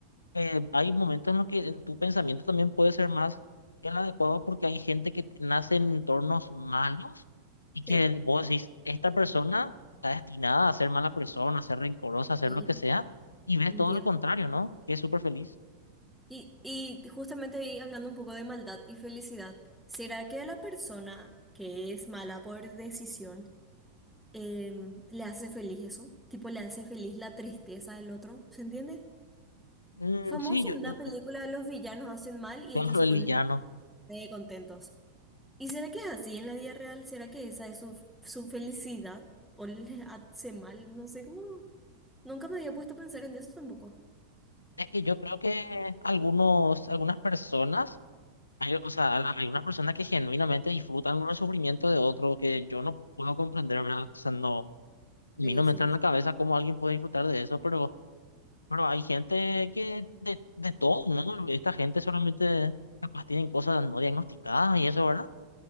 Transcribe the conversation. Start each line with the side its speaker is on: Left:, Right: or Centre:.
Left: eh, hay momentos en los que en tu pensamiento también puede ser más que el adecuado porque hay gente que nace en entornos malos y
Centre: sí,
Left: que vos decís, esta persona está destinada a ser mala persona, a ser rencorosa, a ser
Centre: sí,
Left: lo que sea, y ves
Centre: entiendo.
Left: todo lo contrario, ¿no? Que es súper feliz.
Centre: Y, y justamente ahí hablando un poco de maldad y felicidad, ¿será que a la persona que es mala por decisión em, le hace feliz eso? Tipo, le hace feliz la tristeza del otro, ¿se entiende?
Left: Mm,
Centre: Famoso
Left: sí, yo,
Centre: en
Left: bu-
Centre: una película,
Left: bu-
Centre: los villanos hacen mal y
Left: claro,
Centre: ellos se
Left: el
Centre: ponen
Left: villano.
Centre: re contentos. ¿Y será que es así en la vida real? ¿Será que esa es su, su felicidad? ¿O le hace mal? No sé cómo. Nunca me había puesto a pensar en eso tampoco.
Left: Es que yo creo que algunos, algunas personas, hay, o sea, la- hay unas personas que genuinamente disfrutan el sufrimiento de otro que yo no puedo comprender, ¿verdad? O sea, no. A
Centre: Sí,
Left: mí no me
Centre: sí,
Left: entra en
Centre: sí.
Left: la cabeza cómo alguien puede disfrutar de eso, pero, pero hay gente que de, de todo, ¿no? Esta gente solamente capaz tienen cosas no diagnosticadas y eso, ¿verdad?